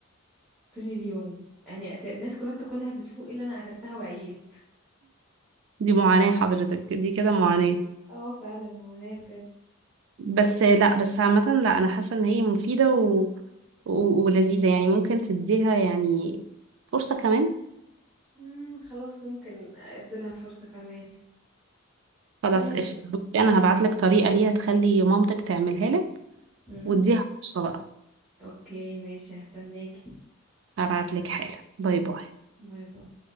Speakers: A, in the centre; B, on the right.
A: طول اليوم يعني ت- الناس كلها بتاكلها بتفوق الا انا اكلتها وعيت
B: ودي معاناة حضرتك دي كده معاناة
A: اه فعلا معاناة بجد
B: بس لا بس عامة لا انا حاسة ان هي مفيدة و... و... ولذيذة يعني ممكن تديها يعني فرصة كمان
A: مم، خلاص ممكن اديلها فرصه كمان
B: خلاص
A: تمام
B: قشطة بصي أنا هبعت لك طريقة ليها تخلي مامتك تعملها لك
A: مم.
B: واديها فرصة بقى
A: اوكي ماشي هستناكي
B: هبعت لك حالا باي باي
A: باي باي